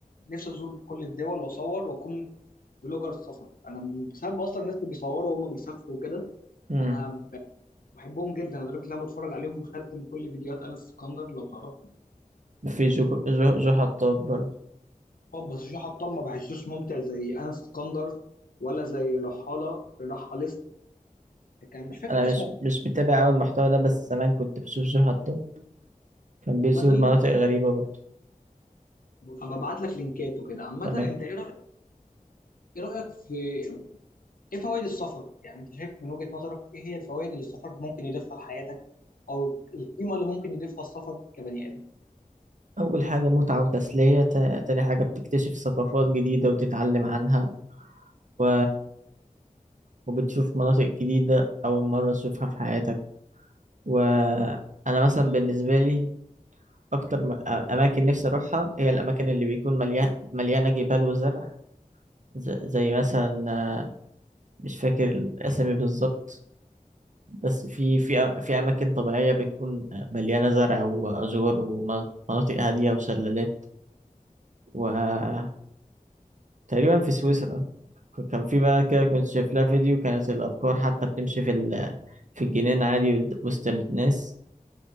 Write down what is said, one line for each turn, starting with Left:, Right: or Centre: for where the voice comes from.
Left: نفسي أزور كل الدول وأصور وأكون بلوجر سفر أنا بسبب أصلا الناس اللي بيصوروا وهم بيسافروا وكده
Right: مم.
Left: انا بحبهم جدا لدرجه ان انا بتفرج عليهم مختم كل فيديوهات انس اسكندر لو تعرف
Right: في جو جو, جو حطاب برضو
Left: و بس جو حطام ما بحسوش ممتع زي انس اسكندر ولا زي الرحاله الرحاليست كان مش فاكر
Right: أنا
Left: اسمه
Right: مش مش متابع أوي المحتوى ده بس زمان كنت بشوف جو حطاب كان بيزور
Left: عامه
Right: مناطق غريبة برضه
Left: هبقى ابعت لك لينكات وكده عامه
Right: تمام
Left: انت ايه رايك ايه رايك في ايه فوائد السفر يعني انت شايف من وجهه نظرك ايه هي الفوائد اللي السفر ممكن يضيفها لحياتك او القيمه اللي ممكن يضيفها السفر كبني ادم
Right: أول حاجة متعة وتسلية تا- تاني حاجة بتكتشف ثقافات جديدة وتتعلم عنها و... وبتشوف مناطق جديدة أول مرة تشوفها في حياتك وأنا مثلا بالنسبة لي أكتر م... أماكن نفسي أروحها هي الأماكن اللي بيكون مليان... مليانة جبال وزرع ز... زي مثلا آه، مش فاكر الأسامي بالظبط بس في في أ- في أماكن طبيعية بتكون مليانة زرع وأزور ومناطق هادية وشلالات و تقريبا في سويسرا ك- كان في بلد كده كنت شايف لها فيديو كانت الأبقار حتى بتمشي في ال... في الجنينة عادي ود- وسط الناس